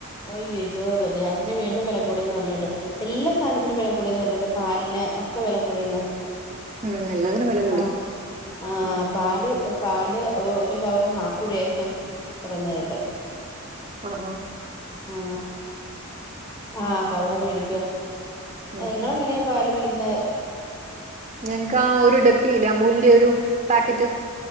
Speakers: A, on the left; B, on the right.
A: ഒയ്യയ്യോ വ് ഗ്യാസിന് വീണ്ടും വെലകൂടീന്ന് പർഞ്ഞെ ട് എല്ലാ സാനത്തിനും വെല കൂടിയന്ന് പറഞ്ഞിണ്ട് പാലിന് ഒക്കെ വെല കൂടീന്ന്
B: ഉം. എല്ലാത്തിനും വെല കൂടി.
A: അഹ് ആഹ്
B: ഉം.
A: പാല് എ പാല് ടെ ഓ ഒരു കവർന് നാപ്പുരയാ അഹ് പറേന്ന കേട്ട്
B: അഹ് ഹ
A: ആ
B: ഉം.
A: ആ കവറ് മേടിക്കുവോ
B: ഉം
A: നിങ്ങള്
B: ഹും.
A: എങ്ങനെയാ പാല് മേടി ഇതേ
B: ഞങ്ങക്ക് ആ ഒരു ഡപ്പി ഇല്ലേ അമൂലിന്റെ ഒരു പാക്കറ്റ്